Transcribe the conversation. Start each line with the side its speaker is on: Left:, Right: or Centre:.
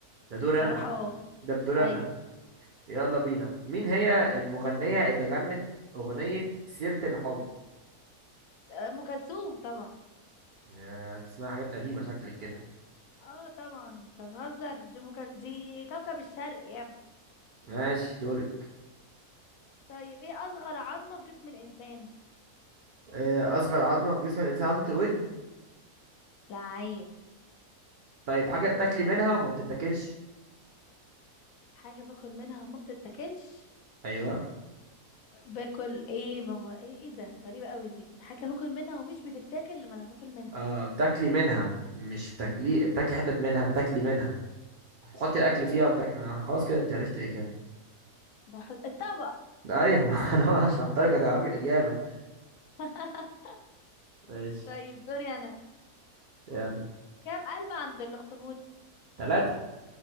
Right: ده دوري
Left: بصراحة
Right: انا
Left: اه
Right: ده بدوري
Left: ايوه
Right: انا يلا بينا مين هي المغنية اللي غنت أغنية سيرة الحب
Left: آه، ام كلثوم طبعا
Right: يا تسمع حاجات قديمة شكلك كده
Left: اه طبعا انت بتهزر دي, مك... دي كوكب الشرق يا ابني
Right: ماشي دورك
Left: طيب ايه اصغر عظمة في جسم الانسان
Right: آه، أصغر عظمة في جسم الإنسان عظمة الودن
Left: لعيب
Right: طيب حاجة بتاكلي منها وما بتتاكلش
Left: حاجة باكل منها وما بتتاكلش
Right: أيوه
Left: باكل ايه بابا ايه ايه ده غريبة قوي دي حاجة باكل منها ومش بتتاكل لما انا باكل منها
Right: آه بتاكلي منها مش بتاكلي بتاكلي حتت منها بتاكلي منها بتحطي الأكل فيها وبتاكلي آه، خلاص كده أنت عرفت الإجابة
Left: بحط الطبق
Right: أيوه ما <laughs> أنا شرحت لك هتعرفي الإجابة
Left: <laughs>
Right: ماشي
Left: طيب دوري انا
Right: يلا
Left: كام قلب عند الاخطبوط
Right: تلاتة